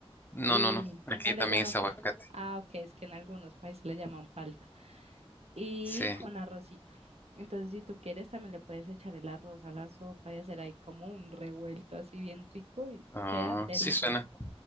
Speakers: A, on the left; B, on the right.
A: No,
B: Y
A: no, no. Aquí
B: no le
A: también
B: llaman
A: es
B: palta.
A: aguacate.
B: Ah, ok, es que en algunos países le llaman palta. Y
A: Sí.
B: con arrocito. Entonces, si tú quieres, también le puedes echar el arroz a la sopa y hacer ahí como un revuelto así bien rico y
A: Oh,
B: queda delicioso.
A: sí suena.